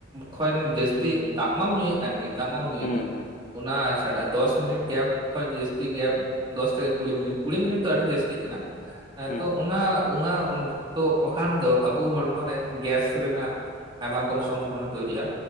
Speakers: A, on the right (about 25°); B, on the left (about 40°).
A: ᱠᱷᱚᱱ ᱡᱟᱹᱥᱛᱤ, ᱫᱟᱜ ᱢᱟᱢ ᱧᱩᱭᱮᱫ ᱠᱟᱱ ᱜᱮ ᱫᱟᱜ ᱢᱟᱢ ᱧᱩᱭᱮᱫ
B: ᱦᱩᱸ
A: ᱜᱮ
B: ᱦᱩᱸ
A: ᱾ ᱚᱱᱟᱼᱼ ᱪᱷᱟᱰᱟ ᱫᱚᱥ ᱢᱤᱱᱤᱴ ᱜᱮᱯ ᱠᱷᱚᱡ ᱡᱟᱹᱥᱛᱤ ᱜᱮᱯ, ᱫᱚᱥ ᱛᱷᱮᱠᱮ ᱠᱩᱲᱤ ᱢᱤᱱᱤᱴ ᱾ ᱠᱩᱲᱤ ᱢᱤᱱᱤᱴ ᱫᱚ ᱟᱹᱰᱤ ᱡᱟᱹᱥᱛᱤᱜ ᱠᱟᱱᱟ᱾ ᱦᱟᱸ
B: ᱦᱩᱸ
A: ᱛᱚ, ᱚᱱᱟ ᱚᱱᱟ ᱩᱱᱫᱚ ᱵᱟᱠᱷᱟᱱ ᱫᱚ ᱟᱵᱚ ᱦᱚᱲᱢᱚᱨᱮ ᱜᱮᱥ ᱨᱮᱱᱟᱜᱼᱼ ᱟᱭᱢᱟ ᱨᱚᱠᱚᱢ ᱥᱚᱢᱵᱷᱚᱵᱚᱱᱟ ᱛᱚᱭᱨᱤᱼᱟ